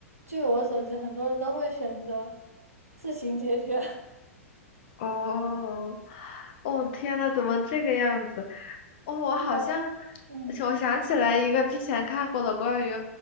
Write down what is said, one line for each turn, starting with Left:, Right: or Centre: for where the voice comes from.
Right: 据我所知，很多人都会选择自行解决。<laughs>
Left: 哦，哦，天呐，怎么这个样子？哦，我好像，
Right: 是啊嗯
Left: 而且我想起来一个之前看过的关于